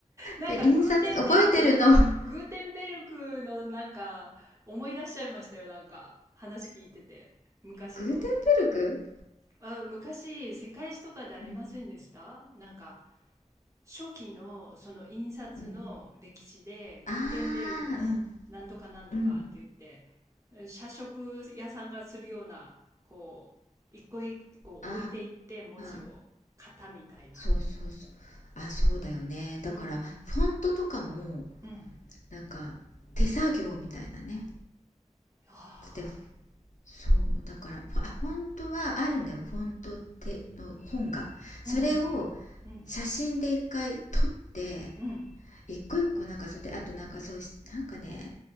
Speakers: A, on the right; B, on the left.
A: なんかグーテンベルク
B: で印刷覚えてるの <laughs> うん
A: グーテンベルクのなんか思い出しちゃいましたよ。なんか話聞いてて。昔の。
B: グーテンベルグ、
A: あ、昔世界史とかでありませんでしたなんか
B: うん
A: 初期のその印刷の歴史でグーテンベルグのなんとかなんとかって言って
B: うん、あーうんうん
A: え社食屋さんがするようなこう一個一個置いていって文字を型みたいな。
B: あーそうそうそうあそうだよねだからフォントとかも
A: うんうんうん
B: なんか手作業みたいなね
A: はあ
B: でそうだからあフォントはあるんだよフォントっての本がそれを
A: うんうんうん
B: 写真で一回撮って
A: うん
B: 一個一個なんかそうやってあとなんかそうしなんかね